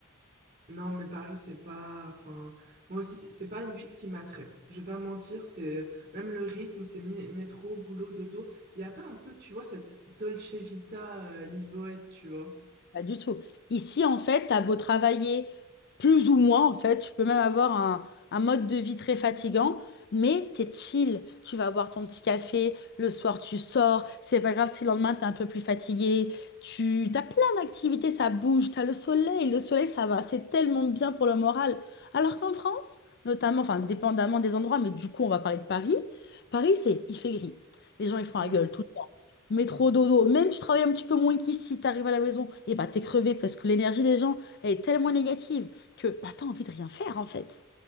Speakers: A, on the right; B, on the left.
A: Non, mais Paris, c'est pas. Enfin, moi aussi, c'est c'est pas une ville qui m'attrait. Je vais pas mentir, c'est même le rythme, c'est mi- métro, boulot, dodo. Il y a pas un peu, tu vois, cette Dolce Vita euh, lisboète, tu vois.
B: Pas du tout. Ici, en fait, t'as beau travailler plus ou moins, en fait, tu peux même avoir un, un mode de vie très fatigant, mais t'es chill. Tu vas boire ton petit café, le soir tu sors, c'est pas grave si le lendemain t'es un peu plus fatigué. Tu t'as plein d'activités, ça bouge, t'as le soleil, le soleil ça va, c'est tellement bien pour le moral. Alors qu'en France, notamment, enfin, dépendamment des endroits, mais du coup, on va parler de Paris. Paris, c'est il fait gris. Les gens ils font
A: Mm.
B: la gueule Métro, dodo, même si tu travailles un petit peu moins qu'ici, t'arrives à la maison, et bah t'es crevé parce que l'énergie des gens, elle est tellement négative que bah t'as envie de rien faire en fait.